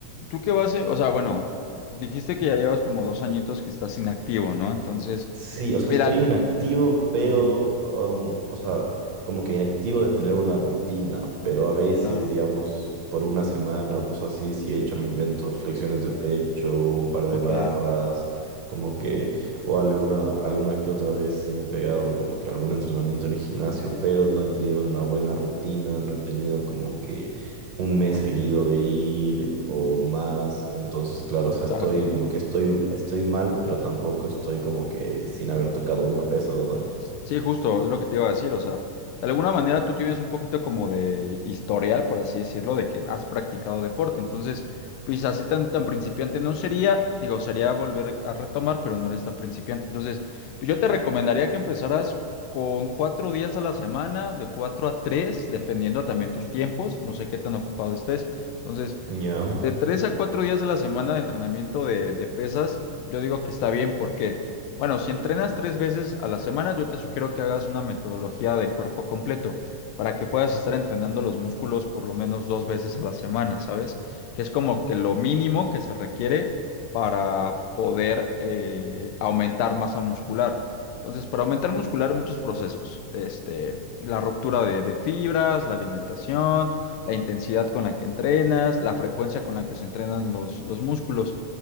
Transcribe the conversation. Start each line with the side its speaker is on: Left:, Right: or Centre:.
Left: tú qué vas, a- o sea, bueno, dijiste que ya llevas como dos añitos que estás inactivo, ¿no? Entonces,
Right: Sí, o sea,
Left: mira,
Right: estoy inactivo, pero,
Left: ujú,
Right: um, o sea, como que inactivo de tener una rutina, pero a veces,
Left: claro,
Right: digamos, por una semana o cosas así, sí he hecho, me invento flexiones de pecho, un par de
Left: ok,
Right: barras, como que, o alguna, alguna que otra vez sí me he pegado como que algún entrenamiento en el gimnasio, pero no he tenido una buena rutina, no he tenido como que un mes seguido de ir o más, entonces claro,
Left: exacto.
Right: o sea, estoy como que estoy, estoy mal, pero tampoco estoy como que sin haber tocado una pesa dos años.
Left: Sí, justo, es lo que te iba a decir, o sea, de alguna manera tú tienes un poquito como de historial, por así decirlo, de que has practicado deporte, entonces, pues así tan, tan principiante no sería, digo, sería volver a retomar, pero no eres tan principiante, entonces, pues, yo te recomendaría que empezaras con cuatro días a la semana, de cuatro a tres, dependiendo también tus tiempos, no sé qué tan ocupado estés, entonces,
Right: Ya,
Left: de tres a cuatro días a la semana de entrenamiento de, de pesas, yo digo que está bien porque, bueno, si entrenas tres veces a la semana, yo te sugiero que hagas una metodología de cuerpo completo para que puedas estar entrenando los músculos por lo menos dos veces a la semana, ¿sabes? Que es como que lo mínimo que se requiere para poder eh, aumentar masa muscular. Entonces, para aumentar muscular, muchos procesos. Este, la ruptura de de fibras, la alimentación la intensidad con la que entrenas, la frecuencia con la que se entrenan los, los músculos.